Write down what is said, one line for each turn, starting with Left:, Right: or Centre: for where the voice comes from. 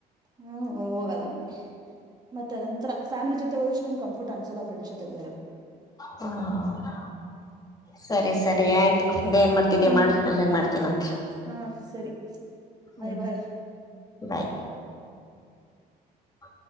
Right: ಹ ಹೋಗಲ್ಲ ಹಂಗೆ ಮತ್ತ ಅದಂತ್ರ್ ಫ್ಯಾಮಿಲಿ ಜೊತೆ ಹೋದಷ್ಟ ಕಂಫರ್ಟ್ ಅನ್ಸಲ್ ಫ್ರೆಂಡ್ಸ್ ಜತೆ ಹೋದರ
Left: ಹ್ಮ ಸರಿ ಸರಿ ಆಯ್ತು ಎನ್ ಮಾಡ್ತಿದ್ದಿ
Right: ಹ್ಮ್
Left: ಅಮ್ಮ ಅಮೆಲಿ ಮಾಡ್ತಿನಂತೆ
Right: ಹಾ ಸರಿ
Left: ಹೂ
Right: ಬಾಯ್ ಬಾಯ್
Left: ಬೈ ಹ